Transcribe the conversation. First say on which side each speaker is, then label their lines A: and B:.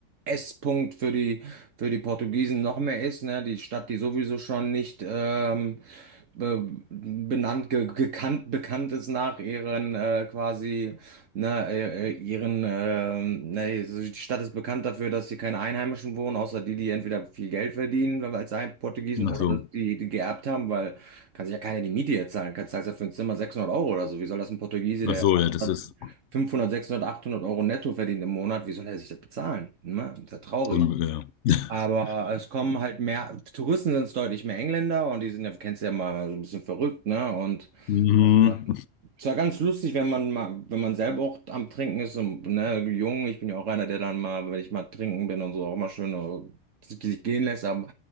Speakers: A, on the right (about 80°); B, on the left (about 70°).
A: Esspunkt für die, für die Portugiesen noch mehr ist, ne? Die Stadt, die sowieso schon nicht ähm, be benannt, ge gekannt, bekannt ist nach ihren äh, quasi, ne, äh, äh, ihren, ähm, ne, so die Stadt ist bekannt dafür, dass hier keine Einheimischen wohnen, außer die, die entweder viel Geld verdienen, weil als ein Portugiesen oder
B: ach so.
A: dass die, die geerbt haben, weil kann sich ja keiner die Miete jetzt zahlen, kann zahlst ja für ein Zimmer 600 Euro oder so. Wie soll das ein Portugiese, der
B: Ach so, ja, das ist.
A: 500, 600, 800 Euro netto verdient im Monat, wie soll er sich das bezahlen? Ne? Das Ist ja traurig.
B: un- Ja.
A: Aber
B: <laughs>
A: es kommen halt mehr, Touristen sind es deutlich mehr Engländer und die sind ja, kennst du ja mal, so ein bisschen verrückt, ne? Und
B: Mhm.
A: äh, es war ganz lustig, wenn man mal, wenn man selber auch am Trinken ist und ne, jung, ich bin ja auch einer, der dann mal, wenn ich mal trinken bin und so, auch mal schön äh, sich sich gehen lässt, aber